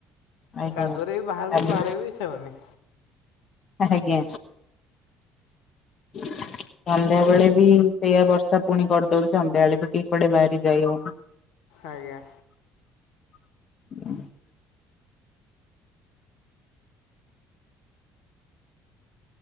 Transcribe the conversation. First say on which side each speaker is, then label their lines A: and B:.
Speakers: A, on the left; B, on the left.
A: ଆଜ୍ଞା
B: କାଦୁଅରେ ବି ବାହାରକୁୁ
A: କାଲି
B: ବାହାରିଆକୁ ଇଚ୍ଛା ହଉନି।
A: ଆଜ୍ଞା। ସନ୍ଧ୍ୟାବେଳେ ବି ସେଇଆ ବର୍ଷା ପୁଣି କରିଦଉଚି, ସନ୍ଧ୍ୟାବେଳେ ବି <unintelligible> କୁଆଡେ ବାହାରି ଯାଇ ହଉନି।
B: ଆଜ୍ଞା।
A: <unintelligible>